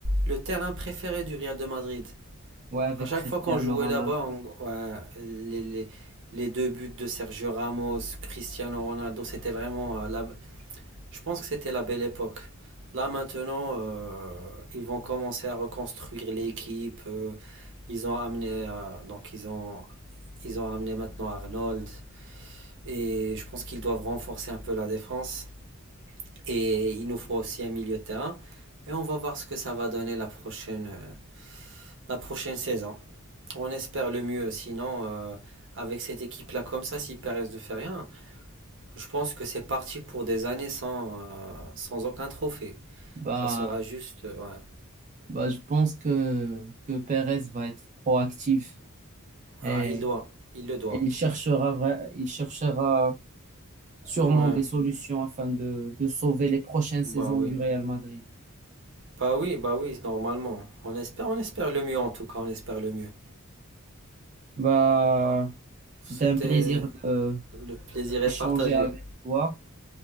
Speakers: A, on the right; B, on the right.
A: le terrain préféré du Real de Madrid.
B: Ouais, avec
A: À chaque
B: Cristiano
A: fois qu'on jouait
B: Ronaldo.
A: là-bas, on- ouais, les, les- les deux buts de Sergio Ramos, Cristiano Ronaldo, c'était vraiment, euh, la- je pense que c'était la belle époque. Là, maintenant, euh, ils vont commencer à reconstruire l'équipe. euh, ils ont amené, euh, donc ils ont, ils ont amené maintenant Arnold. Et je pense qu'ils doivent renforcer un peu la défense. Et il nous faut aussi un milieu de terrain. Et on va voir ce que ça va donner la prochaine, euh, la prochaine saison. On espère le mieux. Sinon, euh, avec cette équipe-là comme ça, si Perez ne fait rien, je pense que c'est parti pour des années sans, euh, sans aucun trophée.
B: Bah,
A: Ça sera juste... euh, ouais.
B: bah, je pense que, que Perez va être proactif et,
A: Ah, il doit. Il le doit.
B: et il cherchera, vra- il cherchera sûrement
A: Ouais.
B: des solutions afin de, de sauver les prochaines
A: Bah
B: saisons
A: oui.
B: du Real Madrid.
A: Bah oui, bah oui, normalement. On espère, on espère le mieux en tout cas. On espère le mieux.
B: Bah, c'était
A: C'était...
B: un plaisir de
A: Le plaisir
B: d'échanger
A: est partagé.
B: avec toi.